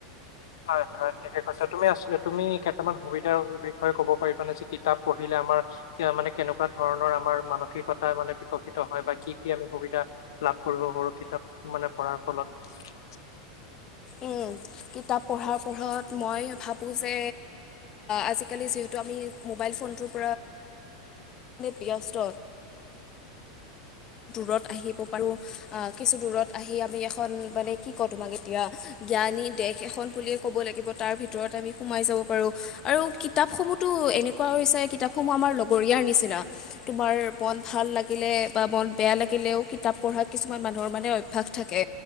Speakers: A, on the left; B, on the left.
A: হয় হয় ঠিকে কৈছ তুমি আ তুমি কেইটামান সুবিধাৰ বিষয়ে ক'ব পাৰিবাানে যে কিতাপ পঢ়িলে আমাৰ। মানে কেনেকুৱা ধৰণৰ আমাৰ মানসিকতা মানে বিকশিত হয় বা কি কি আমি সুবিধা লাভ কৰো। সৰু সৰু কিতাপ মানে পঢ়াৰ ফলত‌।
B: উম মত <unintelligible> কিতাপ পঢ়াৰ পঢ়ত মই ভাবো যে আজিকালি যিহেতু আমি। মোবাইল ফোন কোব ব্যস্ত। আহিব পাৰো অ কিছু দূৰত আহি আমি এখন মানে কি ক তোমাক এতিয়া। জ্ঞানী দেশ এখন বুলিয়ে ক'ব লাগিব তাৰ ভিতৰত আমি সোমাই যাব পাৰো আৰু। কিতাপসমূহতো এনেকুৱা হৈছে কিতাপসমূহ আমাৰ লগৰীয়াৰ নিচিনা তোমাৰ মন ভাল লাগিলে। বা মন বেয়া লাগিলেও কিতাপ পঢ়া কিছুমান মানুহৰ মানে অভ্যস থাকে